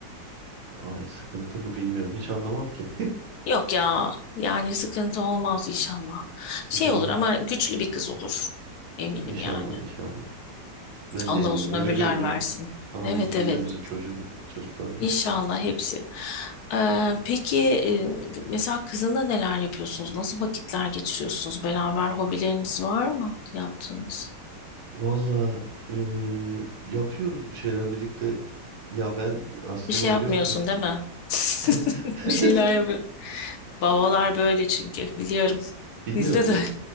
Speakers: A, on the right (about 55°); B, on the left (about 70°).
A: Ay sıkıntı mı bilmiyorum. Hiç anlamam ki.
B: Yok ya yani sıkıntı olmaz inşallah. Şey
A: <laughs> İnşallah.
B: olur ama güçlü bir kız olur. Eminim
A: İnşallah,
B: yani.
A: inşallah. Ben
B: Allah
A: de eminim.
B: uzun
A: Öyle
B: ömürler
A: görünüyor.
B: versin.
A: Amin
B: Evet
A: cümlemizin
B: evet.
A: çocuğun, çocuklarına.
B: İnşallah hepsi. Ee, peki e, mesela kızında neler yapıyorsunuz? Nasıl vakitler geçiriyorsunuz? Beraber hobileriniz var mı yaptığınız?
A: Valla eee, yapıyoruz bir şeyler birlikte. Ya ben aslında
B: Bir şey
A: biliyor
B: yapmıyorsun
A: musun?
B: değil mi? <laughs>
A: <laughs>
B: Bir şeyler yapıyor. Babalar böyle çünkü biliyorum.
A: Bilmiyorum.
B: Bizde de.
A: Ya,